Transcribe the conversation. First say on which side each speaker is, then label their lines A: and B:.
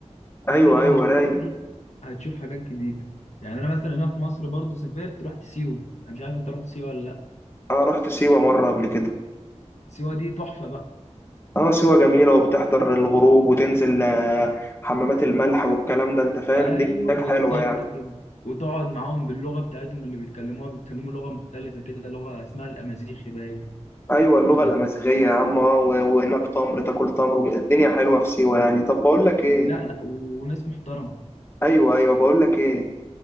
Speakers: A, on the left (about 20°); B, on the left (about 70°).
A: ايوه
B: فكل لما
A: ايوه
B: تسافر
A: رايق
B: هتشوف حاجات جديده يعني انا مثلا هنا في مصر برضو سافرت رحت سيوه انا مش عارف انت رحت سيوه ولا لا
A: اه رحت سيوه مره قبل كده
B: سيوه دي تحفه بقى
A: اه سيوه جميله وبتحضر الغروب وتنزل آه، حمامات الملح والكلام ده انت فاهم
B: ايوه
A: الدنيا هناك
B: بالظبط
A: حلوه يعني
B: كده وتقعد معاهم باللغه بتاعتهم اللي بيتكلموها بيتكلموا لغه مختلفه كده لغه اسمها الامازيغي باين
A: ايوه اللغه
B: ف-
A: الامازيغيه يا عم اه و- وهناك تمر تاكل تمر الدنيا حلوه في سيوه يعني طب بقول لك ايه
B: لا لا وناس محترمه
A: ايوه ايوه بقول لك ايه